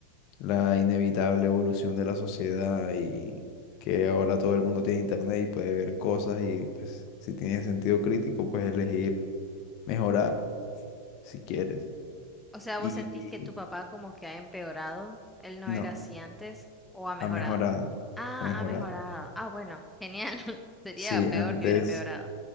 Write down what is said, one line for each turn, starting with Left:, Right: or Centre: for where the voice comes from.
Left: la inevitable evolución de la sociedad y que ahora todo el mundo tiene internet y puede ver cosas y pues si tienes sentido crítico, pues elegir mejorar si quieres.
Centre: O sea,
Left: Y
Centre: ¿vos sentís que tu papá como que ha empeorado? ¿Él no
Left: no,
Centre: era así antes o ha mejorado?
Left: ha mejorado,
Centre: Ah,
Left: ha mejorado.
Centre: ha mejorado. Ah, bueno, genial. <laughs> Sería
Left: Sí,
Centre: peor
Left: antes,
Centre: que hubiera empeorado.